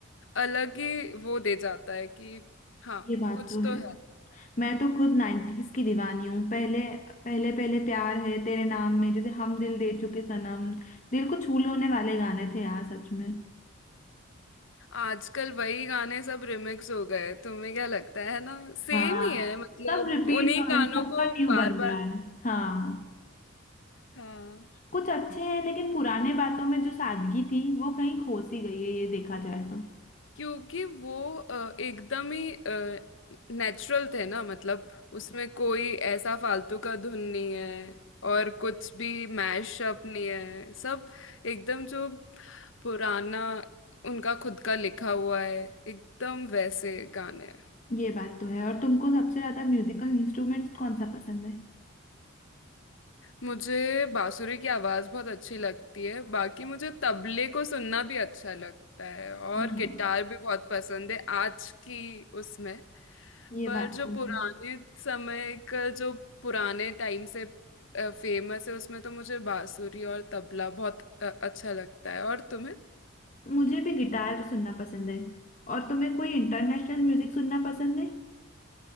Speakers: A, on the left; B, on the left.
A: अलग ही वो दे जाता है कि हाँ
B: ये बात
A: कुछ
B: तो है
A: तो है
B: मैं तो खुद नाइन्टीज की दीवानी हूँ पहले पहले पहले प्यार है तेरे नाम में जैसे हम दिल दे चुके सनम दिल को छू लेने वाले गाने थे यार सच में
A: आजकल वही गाने सब रिमिक्स हो गए तुम्हें क्या लगता है ना सेम
B: हाँ
A: ही है मतलब
B: सब रिपीट
A: उन्हीं
B: हो
A: गानों
B: रहे हैं सबका
A: को
B: न्यू
A: बार
B: बन
A: बार
B: रहा है हाँ
A: हाँ
B: कुछ अच्छे हैं लेकिन पुराने बातों में जो सादगी थी वो कहीं खो सी गई है ये देखा जाए तो
A: क्योंकि वो अ, एकदम ही नेचुरल थे ना मतलब उसमें कोई ऐसा फालतू का धुन नहीं है और कुछ भी मैशअप नहीं है सब एकदम जो पुराना उनका खुद का लिखा हुआ है एकदम वैसे गाने
B: ये बात तो है और तुमको सबसे ज्यादा म्यूजिकल इंस्ट्रूमेंट्स कौन सा पसंद है
A: मुझे बांसुरी की आवाज बहुत अच्छी लगती है बाकी मुझे तबले को सुनना भी अच्छा लगता है और
B: हाँ
A: गिटार भी बहुत पसंद है आज की उसमें
B: ये
A: पर
B: बात
A: जो
B: तो
A: पुराने
B: है
A: समय का जो पुराने टाइम से फेमस है उसमें तो मुझे बांसुरी और तबला बहुत अ, अच्छा लगता है और तुम्हें
B: मुझे भी गिटार सुनना पसंद है और तुम्हें कोई इंटरनेशनल म्यूजिक सुनना पसंद है